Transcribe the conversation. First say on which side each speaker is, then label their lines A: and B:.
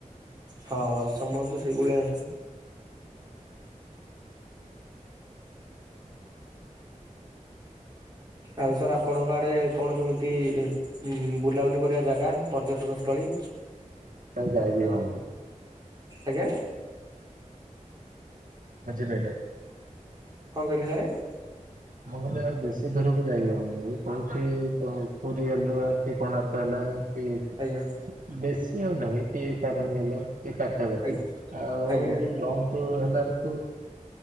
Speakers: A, on the right; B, on the right.
A: ହଁ ସମସ୍ତେ ସେଇଭଳିଆ ଆଉ ସାର୍ ଆପଣଙ୍କ ଆଡେ କଣ କେମିତି? ଉଁ ବୁଲାବୁଲି କରିବା ଜାଗା, ପର୍ଯ୍ୟଟନ ସ୍ଥଳୀ?
B: ଆଉ ଯାଇ ବି ହଉନି।
A: ଆଜ୍ଞା।
B: ବୁଝିପାଇଲେ?
A: କଣ କହିଲେ ସାର୍?
B: ମୁଁ କହିଲି ଆଉ ବେଶୀ ଦୂରକୁ ଯାଇହବନି, ଏ କୋଉଠି ପୁରୀ ହେଲା, କି କୋଣାର୍କ ହେଲା କି
A: ଆଜ୍ଞା
B: ବେଶୀ ଆଉ ନାହିଁ ତାରେଣୀ ହେଲା। ଏଇ ପାଖାପାଖି,
A: ଆଜ୍ଞା
B: ଆଉ
A: ଆଜ୍ଞା
B: ଲଙ୍ଗ ଟୁର୍ ହେଲା ବେଳକୁ